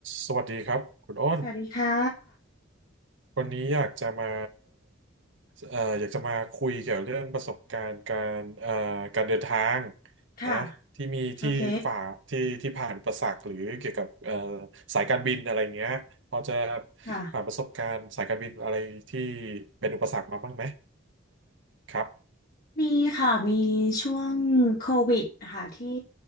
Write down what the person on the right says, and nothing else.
สวัสดีครับคุณอ้น
วันนี้อยากจะมาเอ่ออยากจะมาคุยเกี่ยวเรื่องประสบการณ์การเอ่อการเดินทาง
นะที่มีที่ฝ่าที่ที่ผ่านอุประสักหรือเกี่ยวกับเอ่อ
สายการบินอะไรเงี้ยพอจะ
ผ่านประสบการณ์สายการบินอะไรที่เป็นอุปสรรคมาบ้างไหมครับ